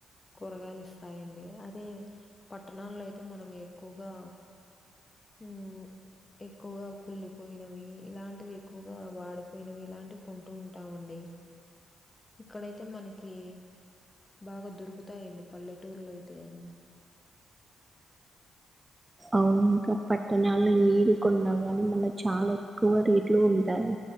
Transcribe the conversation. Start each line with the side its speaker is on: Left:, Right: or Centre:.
Left: కూరగాయలిస్తాయండి అదే పట్టణాల్లో అయితే మనం ఎక్కువగా ఉమ్ ఎక్కువగా కుళ్ళిపోయినవి ఇలాంటివి ఎక్కువగా వాడిపోయినవి ఇలాంటివి కొంటూ ఉంటామండి. ఇక్కడైతే మనకి బాగా దొరుకుతాయండి పల్లెటూర్లో అయితే అన్
Right: అవునింకా పట్టణాల్లో ఏది కొన్నా గానీ మళ్ళా చాలా ఎక్కువ రేట్లు ఉంటాయి.